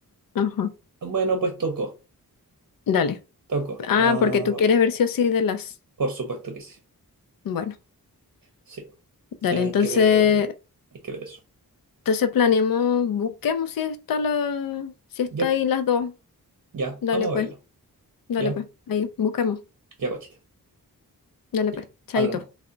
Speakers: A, on the left (about 70°); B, on the right (about 55°).
A: Ajá,
B: bueno, pues tocó,
A: dale.
B: tocó.
A: Ah,
B: Ah,
A: porque tú
B: bueno,
A: quieres ver sí o sí de las.
B: por supuesto que sí,
A: Bueno,
B: sí,
A: dale,
B: hay
A: entonces,
B: que ver, hay que ver eso.
A: entonces planeemos, busquemos si está la, si está
B: Ya,
A: ahí
B: pu,
A: las dos.
B: ya,
A: Dale
B: vamos a
A: pues,
B: verlo,
A: dale
B: ya,
A: pues, ahí, busquemos,
B: ya, guachita,
A: dale
B: ya,
A: pues, chaito.
B: hablamos.